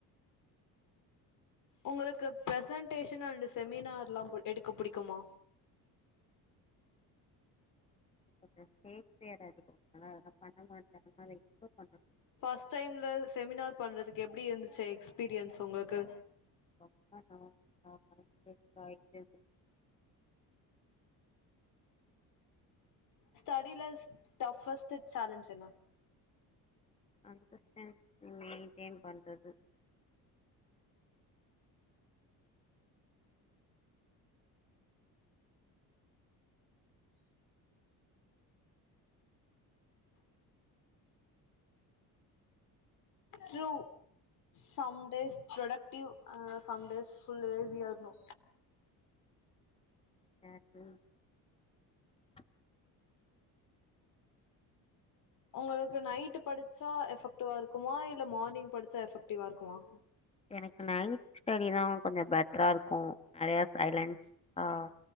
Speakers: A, on the left; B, on the left.
A: உங்களுக்கு ப்ரசன்டேஷன் அண்டு செமினார் எல்லா எடுக்க புடிக்குமா
B: கொஞ்சம் யர்து <inaudible> அதெல்லா பண்ண மாட்டோங்கனப்ப
A: ஃபர்ஸ்ட் டைம்ல செமினார் பண்றதுக்கு எப்டி இருந்துச்சு எக்ஸ்பீரியன்ஸ் ஒங்களுக்கு
B: அ <inaudible> அ <inaudible> ஆயத்த <inaudible>
A: ஸ்டெடில ஸ்டஃப்ஸ்ட் சேலஞ்ச் என்ன
B: அந்த மெ மெயின்டென் பண்றது
A: ட்ரூ சம் டேஸ் ப்ரொடக்டிவ் அ சம்டேஸ் ஃபுல் லேஸியா இருணு
B: சக்கு <inaudible>
A: ஒங்களுக்கு நைட்டு படுச்சா எஃபெக்டிவா இருக்குமா இல்ல மார்னிங் படுச்சா எஃபெக்டிவா இருக்குமா
B: எனக்கு நைட் ஸ்டெடி தா கொஞ்சொ பெட் டர்றா இருக்கு நெறைய சைட்லன்ஸ் ஆஹ்